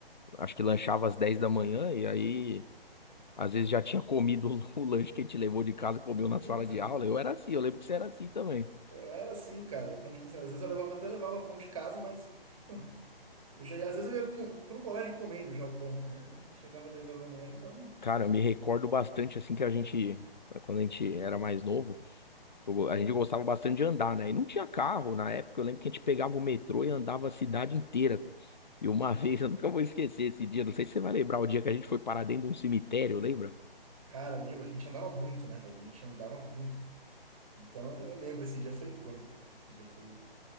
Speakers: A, on the left; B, on the right.
A: acho que lanchava às 10 da manhã e aí. Às vezes já tinha comido <laughs> o lanche que a gente levou de casa, comeu na
B: Então,
A: sala de aula.
B: cara,
A: Eu era assim, eu lembro que você era assim também.
B: eu era assim, cara. Então, tipo assim, às vezes eu levava, até levava pão de casa, mas pô, eu já, ia- às vezes eu ia co- pro colégio comendo já o pão, né? Eu Chegava às 10 horas da manhã, então.
A: Cara, eu me recordo bastante assim que a gente, quando a gente era mais novo, eu- a gente gostava bastante de andar, né? E não tinha carro na época. Eu lembro que a gente pegava o metrô e andava a cidade inteira. E uma <laughs> vez, eu nunca vou esquecer esse dia, não sei se você vai lembrar o dia que a gente foi parar dentro de um cemitério, lembra?
B: Cara, lembra? A gente andava muito, né, velho? A gente andava muito. Então, eu lembro, esse dia foi icônico, cara. Esse dia foi.